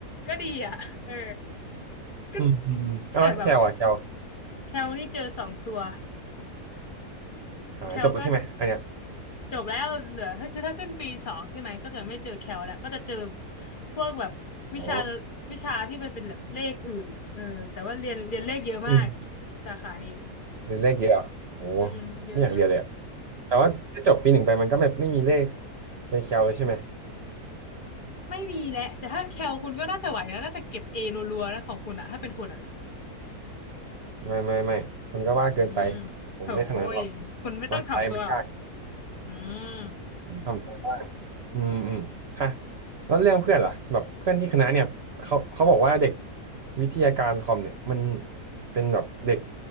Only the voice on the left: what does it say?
ก็ดีอ่ะเออก็
แต่แบบแคลนี่เจอสองตัว
แคลก็ จบแล้วเหลือถ้าคือถ้าขึ้นปีสองใช่ไหมก็จะไม่เจอแคลแล้วก็จะเจอพวกแบบวิชา
วิชาที่มันเป็นแบบเลขอื่นน่ะเออแต่ว่าเรียนเรียนเลขเยอะมาก
สาขานี้
อืมเยอะเยอะ
ไม่มีแหละแต่ถ้าแคลคุณก็น่าจะไหวนะน่าจะเก็บเอรัวๆแล้วของคุณอะถ้าเป็นคุณอะ
อืม
โหยคุณไม่ต้องถ่อมตัวหรอก
อืม